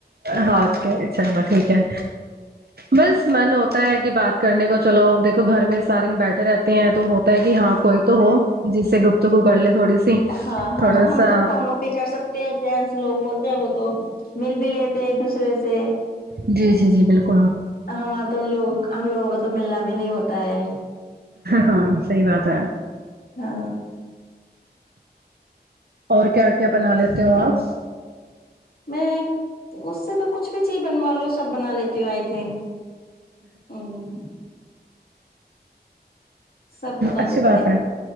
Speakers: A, on the right; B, on the left.
A: ہاں اک اھاء اللہ ٹھیک ہے بس من ہوتا ہوتا ہے کہ بات کرنے کو چلو دیکھو گھر میں سارے د بیٹھے رہتے ہیں تو ہوتا ہے کہ ہاں کوئی تو ہو جس سے گپت کو کر لیں تھوڑی سی
B: ہاں ہاں
A: تھوڑا
B: ہم
A: سا
B: تو فونوں پہ کر سکتے ہیں جینس لوگ ہوتے ہیں وہ تو مل بلتے دو رے سے
A: جی جی جی بالکل
B: ہمارا تو ان لوگ ہم لوگوں کا تو ملنا بھی نہیں ہوتا ہے
A: ہاں صحی بات ہے
B: ہاں
A: اور کیا کیا بنا لیتے ہو آپ
B: میں اس سے تو کچھ بھی چیز بنوا لو سب بنا لیتی ہوں آئی تھنک ہوں سب بنا
A: اچھی
B: لیتے
A: بات
B: ہیں
A: ہے